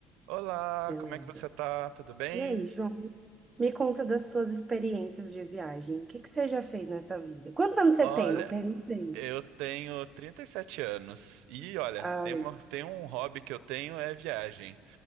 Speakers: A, on the right; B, on the right.
A: Olá,
B: Beleza.
A: como é que você tá? Tudo bem?
B: E aí, João, me conta das suas experiências de viagem. O que que você já fez nessa vida? Quantos anos você
A: Olha,
B: tem? Não perguntei.
A: eu tenho 37 anos e olha,
B: Ai,
A: tem uma- tem um hobby que eu tenho é viagem.